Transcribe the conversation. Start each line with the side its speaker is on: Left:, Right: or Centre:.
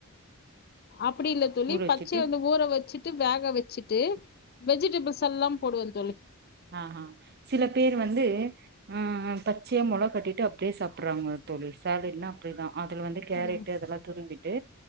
Left: அப்பிடி இல்ல தோழி
Right: ஊற வச்சுட்டு
Left: பச்சையாந்த ஊற வச்சுட்டு வேக வச்சுட்டு வெஜிடபிள்ஸ் எல்லாம் போடுவன் தோழி
Right: ஆ ஹா சில பேரு வந்து ம் ம் பச்சயா மொள கட்டிட்டு அப்டியே சாப்புட்றாங்க தோழி சாலட்னா அப்டிதா அதுல வந்து கேரெட்டு
Left: ம்
Right: அதெல்லா துருவி ட்டு